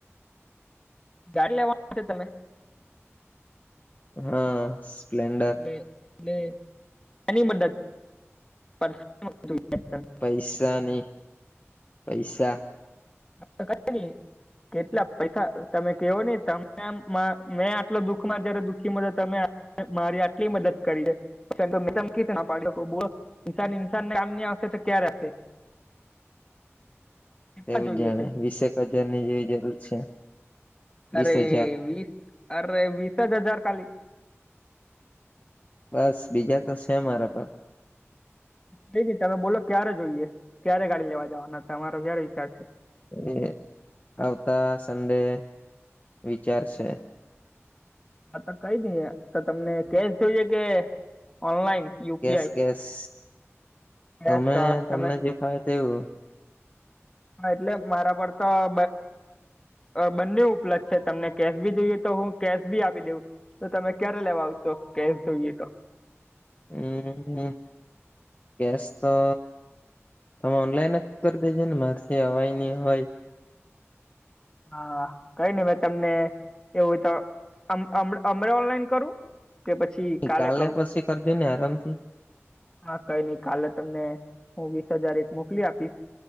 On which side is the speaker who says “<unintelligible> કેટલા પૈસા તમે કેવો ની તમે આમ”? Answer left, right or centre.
Left